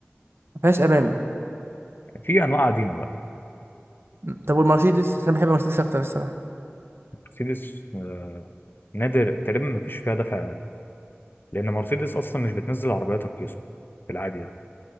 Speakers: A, on the right; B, on the left.
A: فيهاش امامي
B: في انواع قديمه بقى
A: م. طب والمرسيدس عشان بحب المرسيدس اكتر الصراحه
B: مرسيدس آه، نادر تقريبا ما فيش فيها دفع امامي لان مرسيدس اصلا مش بتنزل عربيات رخيصه في العادي يعني